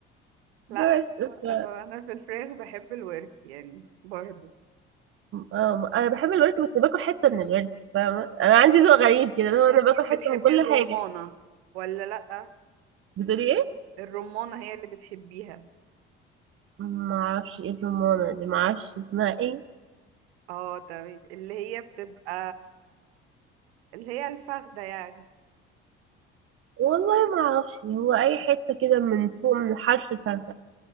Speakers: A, on the right; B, on the right.
A: لا
B: بس
A: هو-
B: ف...
A: طبعا انا في الفراخ بحب الورك يعني برضو
B: اه أنا بحب الورك بس باكل حتة من الورك فاهمة أنا عندي ذوق غريب كده اللي هو
A: اكيد
B: أنا باكل حتة
A: بتحبي
B: من كل
A: الرمانة
B: حاجة
A: ولا لا
B: بتقولي إيه؟
A: الرمانة هي اللي بتحبيها
B: معرفش إيه الرمانة دي معرفش اسمها إيه
A: اه تمام اللي هي بتبقى اللي هي الفخدة يعني
B: والله ما اعرفش هو اي حته كده من فوق من الحرف الفرخة